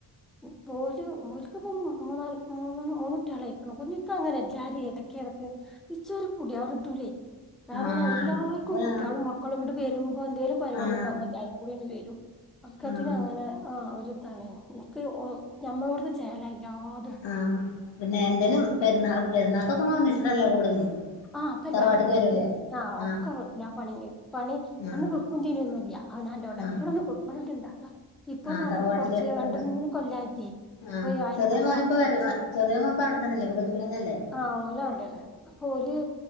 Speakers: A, in the centre; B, on the left.
A: ഉം പോല് ഓൽക്ക്പ്പം മൂ മുന്നാൽ മൂന്നാല് മൂന്ന് കുട്ടികളായ്‌ ഓന്ക്ക്ങ്ങനെ എല്ലാരെ എടക്കെടക്ക് ഇച്ചൊര് പുടിയാട്ട്ടൂലൈ കാരണം
B: ആ
A: എല്ലാർക്കും
B: എത്ര
A: കുട്ട്കളും
B: ആ
A: മക്ക് ക്കൊള്ങ്ങട്ട് വരുമ്പോ എന്തേലും പരിപാടീണ്ടാവ്മ്പല്ലാരും
B: ആ
A: കൂടിങ്ങട് വരും
B: ആ
A: ത്ത്നങ്ങനെ ആഹ് ഒര്താണ് ന്ക്ക് ഓഹ് ഞമ്മള്ട്ത്തെ ചേലല്ലാത്
B: ആഹ് പിന്നെ എന്തേലും പെരുന്നാൾ പെരുന്നാക്കൊക്കെ നിങ്ങഒന്ന്ച്ച്ട്ടല്ലേ കൂടല്
A: ആഹ് അപ്പൊ എല്ലാരും
B: തറവാട്ട്ക്ക്
A: കൂടി
B: വരൂല്ലേ
A: ഞമ്മ് ആഹ്
B: ആ
A: ഒക്കെല്ലാ പണിങ്ങ് പണി
B: ആ
A: അന്ന് വെപ്പും തീനി ഒന്ന്യുല്ല അവനാൻ്റോടെ
B: ആ
A: ഇവിടെത് കൊ ഇവടെണ്ട് ണ്ട താ ഇപ്പൊ
B: ആ
A: വന്നപ്പ
B: തറവാട്ടില്
A: കൊർച്ച്
B: ഇവിടെണ്ട്
A: രണ്ട് മൂന്ന് കൊല്ലായിറ്റേ.
B: ആ
A: അപ്പൊ ഈ അയ്ല്ക്ക്ത്ത്കാരൊന്നും
B: ചെറിയ മോനിപ്പോ വര
A: വിളിച്ചന്ന്ല്ല
B: ചെറിയ മോനിപ്പോ അവിടെത്തന്നെല്ലേ ഗൾഫിലന്നെല്ലേ
A: ആഹ് ഓലുംണ്ടല്ലേ ഓല്